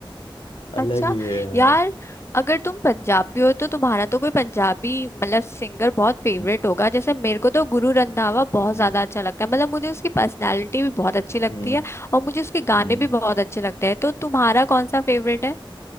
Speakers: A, on the left; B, on the left.
A: <laughs> अलग
B: अच्छा
A: ही है यार
B: यार अगर तुम पंजाबी हो तो तुम्हारा तो कोई पंजाबी मतलब सिंगर बहुत फेवरेट
A: हम्म
B: होगा जैसे मेरे को तो गुरु रंधावा बहुत
A: हम्म
B: ज्यादा अच्छा लगता है मतलब मुझे उसकी पर्सनालिटी भी बहुत अच्छी लगती
A: हम्म
B: है और मुझे उसके गाने
A: हम्म
B: भी बहुत अच्छे लगते हैं तो तुम्हारा कौन सा फेवरेट है